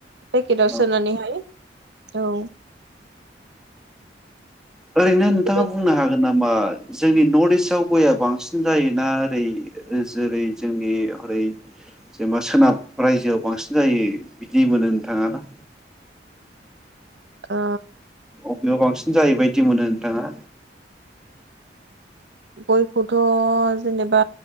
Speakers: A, on the right (about 75°); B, in the centre.
A: पेकेटाव
B: औ
A: सोनानैहाय औ।
B: ओरैनो नोंथाङा
A: ओ
B: बुंनो हागोन नामा। जोंनि नर्थ इस्टव गया बांसिन जाय ना ओरै जेरै जोंनि हरै जेनेबा सोनाब रायजोआव बांसिन जायो बिदि मोनो नोंथाङा ना।
A: ओ
B: अबेआव बांसिन जायैबायदि मोनो नोंथाङा।
A: गयखौथ जेनेबा